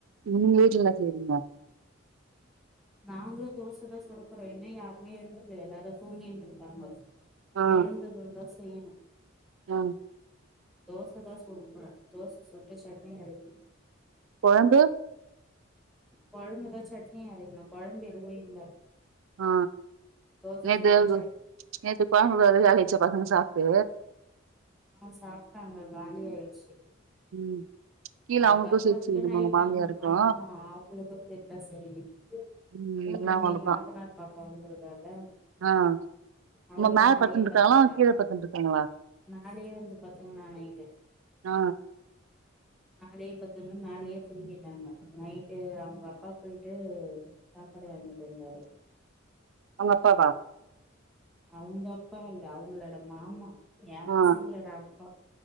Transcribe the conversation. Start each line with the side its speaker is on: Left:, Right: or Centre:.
Right: உங்க வீட்ல என்ன செய்றீங்க
Centre: நாங்களு தோச தா சுடப்போறோ இன்னு யாருமே எழுந்திக்கல எல்லாரு அத தூங்கின்னு இருந்தாங்க
Right: ஆ
Centre: எழுந்ததும் தா செய்ணு
Right: ஆ
Centre: தோச தா சுடப் போற தோச சுட்டு சட்னி அரைக்கணு
Right: கொழம்பு
Centre: கொழம்பு தா சட்னி அரைக்கணு கொழம்பு எதுவு இல்ல
Right: ஆ
Centre: தோச
Right: நேத்து
Centre: சுட்டு
Right: இது
Centre: சட்
Right: நேத்து கொழம்பு அது காலியாய்ச்சா பசங்க சாப்ட்டு
Centre: ஆ சாப்ட்டாங்க காலி ஆயிடுச்சு
Right: ம் கீழ
Centre: ஆ
Right: அவங்களுக்கு
Centre: பத்தாதுக்கு
Right: சேத்து செய்யணுமா
Centre: நைட்டு
Right: உங்க மாமியாருக்கு
Centre: ஆமா அவுங்களுக் பர்ஃபெக்டா செய்யி
Right: ம்
Centre: ஊர்லருந்து
Right: எல்லா அவளுக்குதா
Centre: எங்க நாத்தனார் பாப்பா வந்துருக்கார்ல
Right: ஆ
Centre: அவளு
Right: உங்க மேல
Centre: மேலேயே
Right: படுத்துன்னு இருக்காங்களா
Centre: பட்த்துட்டா
Right: கீழ படுத்துன்னு இருக்காங்களா
Centre: மேலேயே வந்து பத்துக்குனா நைட்டு
Right: ஆ
Centre: மேலேயே பத்துன்னு மேலேயே தூங்கிட்டாங்க நைட்டு அவுங்க அப்பா போயிட்டு சாப்பாடு வாங்கிட்டு வந்தாரு
Right: அவுங்க அப்பா வா
Centre: அவுங்க அப்பா இல்ல அவுங்களோட மாமா என்பசங்களோட
Right: ஆ
Centre: அப்பா